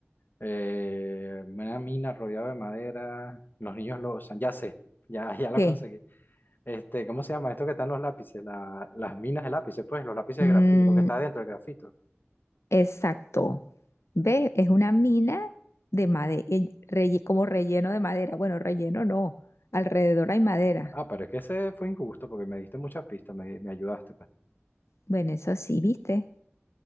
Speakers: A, on the left; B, on the left.
A: eh, una mina rodeada de madera. Los niños lo usan. Ya sé, ya, <laughs> ya la
B: ¿Qué?
A: conseguí. Este, ¿cómo se llama? Esto que están los lápices, la- las minas de lápices, pues, los lápices
B: Mm,
A: de grafito, lo que está dentro del grafito.
B: Exacto. ¿Ves? Es una mina de madera, como relleno de madera. Bueno, relleno no. Alrededor hay madera.
A: Ah, pero es que ese fue injusto porque me diste muchas pistas, me, me ayudaste, pues.
B: Bueno, eso sí, ¿viste?